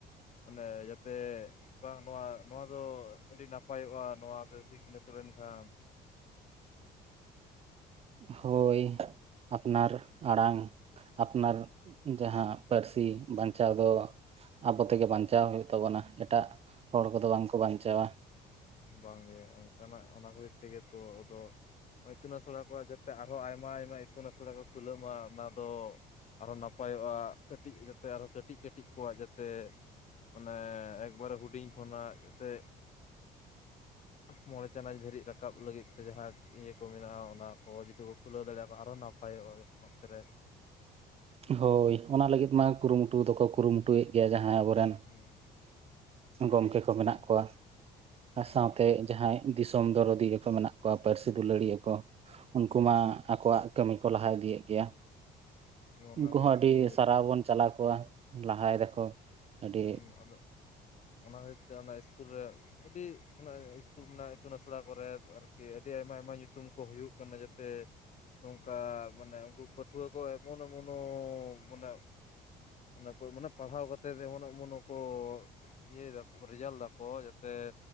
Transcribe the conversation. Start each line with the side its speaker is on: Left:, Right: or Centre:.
Left: ᱢᱟᱱᱮ ᱡᱟᱛᱮ ᱵᱟᱝ ᱱᱚᱣᱟ ᱱᱚᱣᱟ ᱫᱚ ᱟᱹᱰᱤ ᱱᱟᱯᱟᱭᱚᱜᱼᱟ ᱱᱚᱣᱟ ᱛᱮ ᱥᱤᱠᱷᱱᱟᱹᱛ ᱛᱚᱵᱮᱱ ᱠᱷᱟᱱ,
Right: ᱦᱳᱭ ᱟᱯᱱᱟᱨ ᱟᱲᱟᱝ ᱟᱯᱱᱟᱨ ᱡᱟᱦᱟᱸ ᱯᱟᱹᱨᱥᱤ ᱵᱟᱧᱪᱟᱣ ᱫᱚ, ᱟᱵᱚ ᱛᱮᱜᱮ ᱵᱟᱧᱪᱟᱣ ᱦᱩᱭᱩᱜ ᱛᱟᱵᱚᱱᱟ ᱮᱴᱟᱜ ᱦᱚᱲ ᱠᱚᱫᱚ ᱵᱟᱝᱠᱚ ᱵᱟᱧᱪᱟᱣᱟ᱾
Left: ᱵᱟᱝᱜᱮ ᱚᱱᱠᱟᱱᱟᱜ ᱚᱱᱟ ᱠᱷᱟᱹᱛᱤᱨ ᱛᱮᱜᱮ ᱛᱚ ᱟᱫᱚ, ᱤᱛᱩᱱ ᱟᱥᱲᱟ ᱠᱚ ᱡᱟᱛᱮ ᱟᱨᱦᱚᱸ ᱟᱭᱢᱟ ᱟᱭᱢᱟ ᱤᱛᱩᱱ ᱟᱥᱲᱟ ᱠᱚ ᱠᱷᱩᱞᱟᱹᱜᱣ ᱢᱟ ᱚᱱᱟ ᱫᱚ ᱟᱨᱦᱚᱸ ᱱᱟᱯᱟᱭᱚᱜᱼᱟ ᱠᱟᱹᱴᱤᱡ ᱡᱟᱛᱮ ᱟᱨᱚᱸ ᱠᱟᱹᱴᱤᱡᱠᱴᱤᱡ ᱠᱚᱣᱟᱜ ᱡᱟᱛᱮ ᱚᱱᱮ ᱮᱠᱵᱟᱨᱮ ᱦᱩᱰᱤᱧ ᱠᱷᱚᱱᱟᱜ ᱡᱟᱛᱮ ᱢᱚᱬᱮ ᱪᱟᱱᱟᱪ ᱫᱷᱟᱹᱨᱤᱡ ᱨᱟᱠᱟᱵ ᱞᱟᱹᱜᱤᱫ ᱛᱮ ᱡᱟᱦᱟᱸ ᱤᱭᱟᱹ ᱠᱚ ᱢᱮᱱᱟᱜᱼᱟ ᱚᱱᱟ ᱠᱚ ᱡᱩᱫᱤ ᱠᱚ ᱠᱷᱩᱞᱟᱹᱣ ᱫᱟᱲᱮᱭᱟᱜ ᱠᱚ ᱟᱨᱚ ᱱᱟ ᱯᱟᱭᱚᱜᱼᱟ ᱱᱚᱛᱮᱨᱮ᱾
Right: ᱦᱳᱭ ᱚᱱᱟ ᱞᱟᱹᱜᱤᱫ ᱢᱟ ᱠᱩᱨᱩᱢᱩᱴᱩ ᱫᱚᱠᱚ ᱠᱩᱨᱩᱢᱩᱴᱩᱭᱮᱫ ᱜᱮᱭᱟ ᱡᱟᱦᱟᱸᱭ ᱟᱵᱚᱨᱮᱱ,
Left: ᱦᱩᱸ
Right: ᱜᱚᱝᱠᱮ ᱠᱚ ᱢᱮᱱᱟᱜ ᱠᱚᱣᱟ ᱟᱨ
Left: ᱦᱩᱸ
Right: ᱥᱟᱶᱛᱮ ᱡᱟᱦᱟᱸᱭ ᱫᱤᱥᱚᱢ ᱫᱚᱨᱫᱤᱭᱟ ᱠᱚ ᱢᱮᱱᱟᱜ ᱠᱚᱣᱟ ᱯᱟᱹᱨᱥᱤ ᱫᱩᱞᱟᱹᱲᱤᱭᱟ ᱠᱚ᱾ ᱩᱱᱠᱩ ᱢᱟ ᱟᱠᱚᱣᱟᱜ ᱠᱟᱹᱢᱤ ᱠᱚ ᱞᱟᱦᱟ ᱤᱫᱤᱭᱮᱫ ᱜᱮᱭᱟ᱾
Left: ᱚᱱᱟ
Right: ᱩᱱᱠᱩ
Left: ᱠᱷᱟᱹᱛᱤᱨ
Right: ᱦᱚᱸ ᱟᱹᱰᱤ
Left: ᱛᱮᱜᱮ
Right: ᱥᱟᱨᱦᱟᱣ ᱵᱚᱱ ᱪᱟᱞᱟ ᱟᱠᱚᱭᱟ ᱞᱟᱦᱟᱭ ᱫᱟᱠᱚ᱾ ᱟᱹᱰᱤ
Left: ᱦᱮᱸ ᱟᱫᱚ ᱚᱱᱟ ᱠᱷᱟᱹᱛᱤᱨ ᱛᱮ ᱚᱱᱟ ᱤᱥᱠᱩᱞ ᱨᱮ ᱟᱹᱰᱤ ᱚᱱᱟ ᱤᱥᱠᱩᱞ ᱨᱮᱱᱟᱜᱼᱟ ᱤᱛᱩᱱ ᱟᱥᱲᱟ ᱠᱚᱨᱮᱫ ᱟᱨ-ᱠᱤ ᱟᱹᱰᱤ ᱟᱭᱢᱟ ᱟᱭᱢᱟ ᱧᱩᱛᱩᱢ ᱠᱚ ᱦᱩᱭᱩᱜ ᱠᱟᱱᱟ ᱡᱟᱛᱮ ᱱᱚᱝᱠᱟ ᱢᱟᱱᱮ ᱩᱱᱠᱩ ᱯᱟᱹᱴᱷᱩᱣᱟᱹ ᱠᱚ ᱮᱢᱚᱱ ᱮᱢᱚ ᱱᱚᱻ ᱢᱟᱱᱮ ᱚᱱᱟ ᱠᱚ ᱢᱟᱱᱮ ᱯᱟᱲᱦᱟᱣ ᱠᱟᱛᱮ ᱮᱢᱚᱱᱚᱜ ᱚᱢᱚᱱᱚ ᱠᱚ ᱤᱭᱟᱹᱭ ᱫᱟᱠᱚ ᱨᱮᱡᱟᱞ ᱫᱟᱠᱚ ᱡᱟᱛᱮ